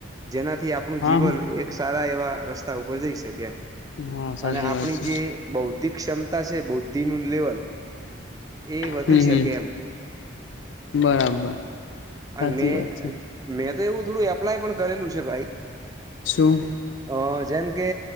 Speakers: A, on the right; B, on the left.
A: જેનાથી આપણું
B: હા
A: જીવન
B: હા
A: એક સારા એવા રસ્તા ઉપર જઈ શકે એમ
B: હા સાચી
A: અને આપણી
B: વાત છે
A: જે બૌધિક બૌદ્ધિક ક્ષમતા છે બૌદ્ધિ નું લેવલ એ વધી
B: હમ હમ
A: શકે કેમ
B: બરાબર
A: અને
B: સાચી
A: મે
B: વાત છે
A: મેતો તો એવું થોડું એપ્લાય પણ કરેલું છે ભાઈ
B: શું
A: અ જેમ કે